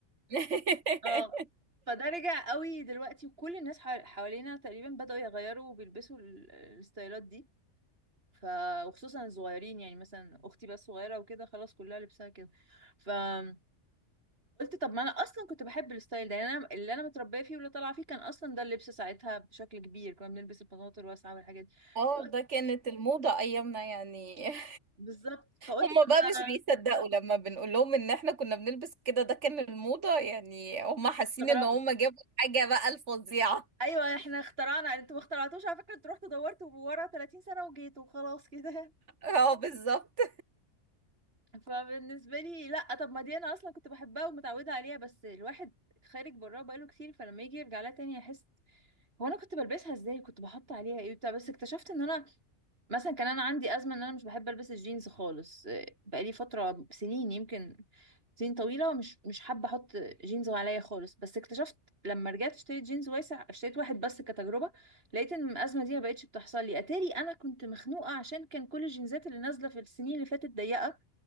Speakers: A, on the right; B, on the right.
A: <laughs>
B: اه فده رجع قوي دلوقتي وكل الناس حوال- حوالينا تقريبا بدأوا يغيروا وبيلبسوا ال- الستايلات دي ف وخصوصا الصغيرين يعني مثلا اختي بقى صغيرة وكده خلاص كلها لبسها كده فقلت طب ما انا اصلا كنت بحب الستايل ده يعني انا اللي انا متربيه فيه واللي طالعه فيه كان اصلا ده اللبس ساعتها بشكل كبير كنا بنلبس البناطيل الواسعه والحاجات دي
A: اه
B: فقلت
A: ده كانت الموضة ايامنا يعني <laughs>
B: بالظبط فقلت
A: هما
B: طب
A: بقى
B: ما
A: مش بيصدقوا لما بنقول لهم ان احنا كنا بنلبس كده ده كان الموضة يعني هما حاسين
B: استغربوا
A: ان هما جابوا حاجة بقى الفظيعة
B: ايوه احنا اخترعنا انتوا ما اخترعتوش على فكره انتوا رحتوا دورتوا ورا 30 سنه وجيتوا وخلاص كده
A: <laughs> اه بالظبط
B: <laughs> فبالنسبه لي لا طب ما دي انا اصلا كنت بحبها ومتعوده عليها بس الواحد خارج براها بقاله كتير فلما يجي يرجع لها تاني يحس هو انا كنت بلبسها ازاي كنت بحط عليها ايه بتاع بس اكتشفت ان انا مثلا كان انا عندي ازمه ان انا مش بحب البس الجينز خالص آه، بقالي فتره سنين يمكن سنين طويله مش مش حابه احط جينز عليا خالص بس اكتشفت لما رجعت اشتريت جينز واسع اشتريت واحد بس كتجربه لقيت ان الازمه دي ما بقتش بتحصل لي اتاري انا كنت مخنوقه عشان كان كل الجينزات اللي نازله في السنين اللي فاتت ضيقه